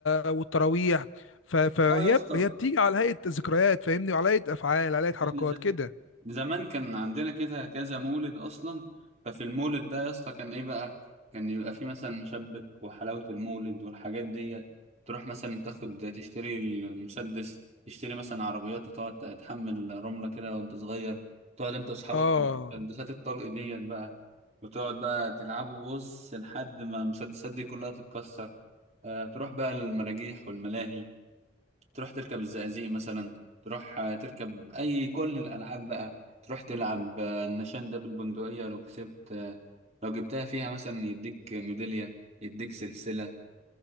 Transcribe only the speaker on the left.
والتراويح ف... فهي
هي بتيجي على هيئه ذكريات فاهمني وعلى هيئه افعال على هيئه حركات
كده
اه